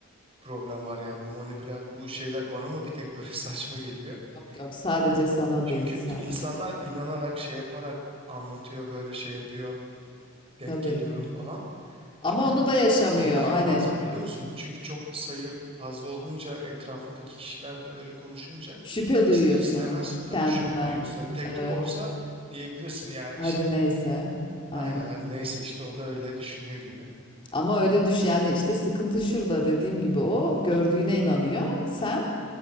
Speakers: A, on the right; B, on the left.
A: problem var yani bu manipülasyon bu şeyler bana mı bir tek böyle <laughs> saçma geliyor
B: Yok yok sadece
A: Y-
B: sana
A: çünkü
B: değil sadece
A: insanlar
B: sana değil.
A: inanarak şey yaparak anlatıyor böyle şey yapıyor denk
B: Tabii.
A: geliyorum falan
B: Ama
A: Ee,
B: onu da yaşamıyor
A: korkuyorum
B: hani.
A: bazen biliyor musun? Bu çünkü çok sayı fazla olunca etrafındaki kişiler de öyle konuşunca
B: Şüphe duyuyorsun
A: ister istemez tabii
B: kendinden.
A: şüphe duyuyorsun. Hani tek tük
B: Evet.
A: olsa diyebilirsin ya
B: Hadi
A: işte.
B: neyse. Aynen.
A: Aynen hadi neyse işte o da öyle düşünüyor gibi.
B: Ama öyle düş yani işte sıkıntı şurada dediğim gibi o gördüğüne inanıyor. Sen